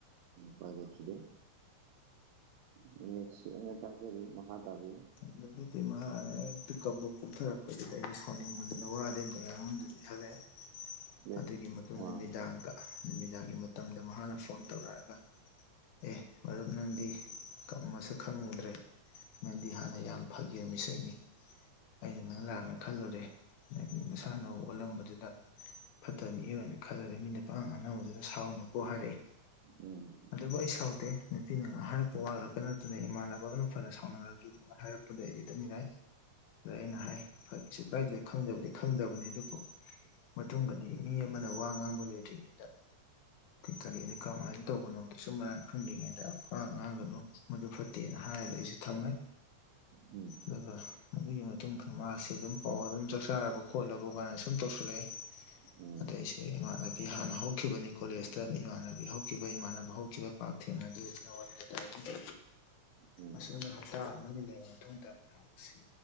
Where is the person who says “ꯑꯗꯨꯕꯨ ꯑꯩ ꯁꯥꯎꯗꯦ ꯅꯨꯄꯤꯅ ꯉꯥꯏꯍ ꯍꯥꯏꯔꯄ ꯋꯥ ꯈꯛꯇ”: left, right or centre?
Left